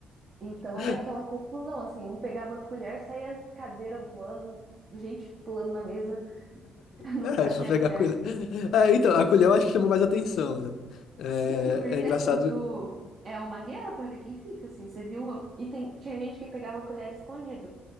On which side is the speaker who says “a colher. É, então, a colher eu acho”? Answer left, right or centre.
Left